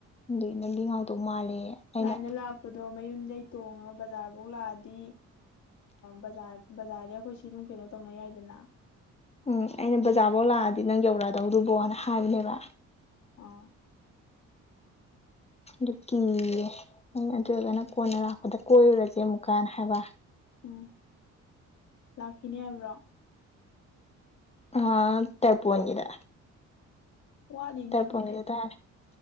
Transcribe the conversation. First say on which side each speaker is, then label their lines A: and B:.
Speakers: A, on the left; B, on the left.
A: ꯑꯗꯨ ꯅꯗꯤ ꯉꯥꯎꯗꯧ ꯃꯥꯜꯂꯦ ꯑꯩꯅ
B: ꯂꯥꯏꯅ ꯂꯥꯛꯄꯗꯣ ꯃꯌꯨꯝꯗꯒꯤꯩ ꯇꯣꯡꯉꯒ ꯕꯖꯥꯔꯐꯧ ꯂꯥꯛꯑꯗꯤ ꯕꯖꯥꯔ ꯕꯖꯥꯔꯗ ꯑꯩꯈꯣꯏ ꯁꯤ ꯑꯗꯨꯝ ꯀꯩꯅꯣ ꯇꯧꯅ ꯌꯥꯏꯗꯅ
A: ꯎꯝ ꯑꯩꯅ ꯕꯖꯥꯔꯐꯧ ꯂꯥꯛꯑꯗꯤ ꯅꯪ ꯌꯧꯔꯛꯑꯗꯧꯗꯨꯕꯣꯅ ꯍꯥꯏꯔꯤꯅꯦꯕ
B: ꯑꯥ
A: ꯑꯗꯨ ꯀꯤꯌꯦ ꯅꯪ ꯑꯗꯨꯔꯒꯅ ꯀꯣꯟꯅ ꯂꯥꯛꯄꯗ ꯀꯣꯏꯔꯨꯔꯁꯦ ꯑꯃꯨꯛꯀꯥꯟ ꯍꯥꯏꯕ
B: ꯎꯝ ꯂꯥꯛꯈꯤꯅꯦ ꯍꯥꯏꯕ꯭ꯔꯣ
A: ꯑ ꯇꯦꯄ ꯑꯣꯏꯅꯤꯗ
B: ꯋꯥꯠꯂꯤꯅꯦ
A: ꯇꯔꯄꯣꯟꯒꯤꯗ
B: ꯑꯗꯨꯗꯤ
A: ꯇꯥꯔꯦ